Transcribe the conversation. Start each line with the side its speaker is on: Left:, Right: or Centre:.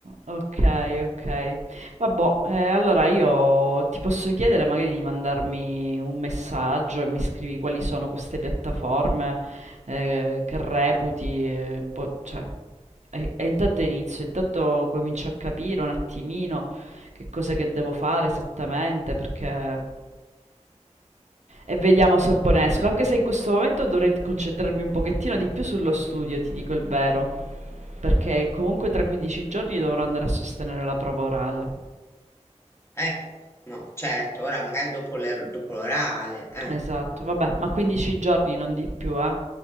Right: Ok, ok. Vabbè, eh, allora io ti posso chiedere magari di mandarmi un messaggio e mi scrivi quali sono queste piattaforme eh, che reputi, eh, po- cioè, e, e intanto inizio, intanto comincio a capire un attimino che cos'è che devo fare esattamente, perché... E vediamo se un po' ne esco, anche se in questo momento dovrei concentrarmi un pochettino di più sullo studio, ti dico il vero. Perché comunque tra 15 giorni dovrò andare a sostenere la prova orale.
Left: Eh, no, certo, ora magari dopo le- dopo l'orale, eh.
Right: Esatto, vabbè, ma 15 giorni non di più, eh?